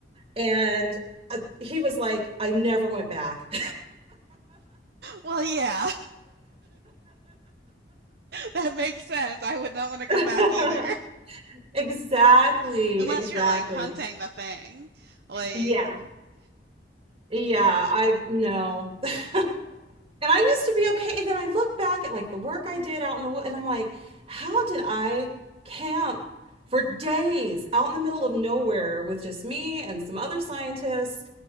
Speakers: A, on the right; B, on the right.
A: and uh, he was like i never went back
B: Well, yeah, that makes sense. I would not want to go
A: <laughs>
B: back either.
A: Exactly,
B: <laughs> Unless
A: exactly.
B: you're like hunting the thing. Like,
A: Yeah. Yeah, I know. <laughs> And I used to be okay. And then I look back at like the work I did out in the woods, and I'm like, how did I camp for days out in the middle of nowhere with just me and some other scientists?